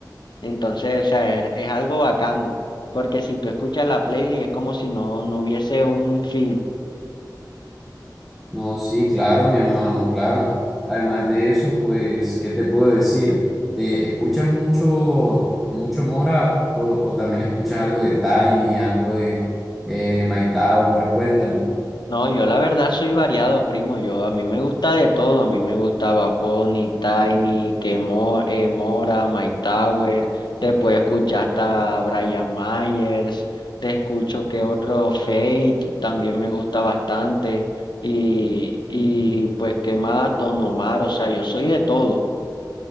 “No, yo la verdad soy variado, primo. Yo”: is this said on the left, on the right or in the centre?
Left